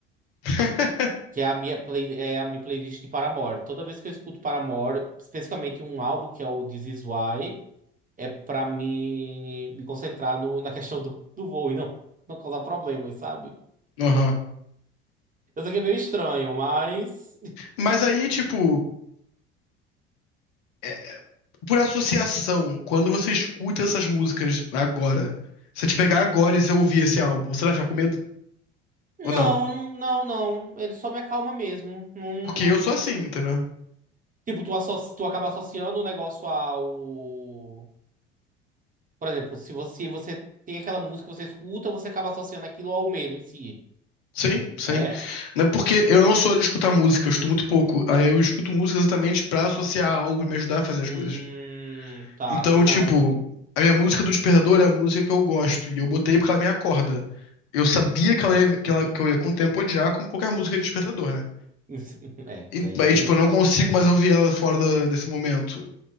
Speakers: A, on the left; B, on the right.
A: <laughs>
B: Que é a minha, play, é a minha playlist de Paramore. Toda vez que eu escuto Paramore, especificamente um álbum que é o This Is Why, é pra me, me concentrar no, na questão do, do voo e não, não causar problemas, sabe?
A: Aham.
B: Eu sei que é meio estranho, mas.
A: Mas aí, tipo, é, por associação, quando você escuta essas músicas agora, se eu te pegar agora e você ouvir esse álbum, você vai ficar com medo?
B: Não,
A: Ou não?
B: não, não, não. Ele só me acalma mesmo. Não...
A: Porque eu sou assim, entendeu?
B: Tipo, tu, asso- tu acaba associando o negócio ao. Por exemplo, se você, você tem aquela música que você escuta, você acaba associando aquilo ao medo em si.
A: Sim, sim.
B: É?
A: Não é porque eu não sou de escutar música, eu escuto muito pouco. Aí eu escuto música exatamente pra associar algo, pra me ajudar a fazer
B: Hum,
A: as coisas.
B: tá.
A: Então,
B: Não.
A: tipo,
B: mas-
A: a minha música do Despertador é a música que eu gosto, e eu botei porque ela me acorda. Eu sabia que, ela ia- que, ela- que eu ia com o tempo odiar, como qualquer música de despertador, né?
B: <laughs> É,
A: E,
B: isso aí.
A: mas, tipo, eu não consigo mais ouvir ela fora da- desse momento.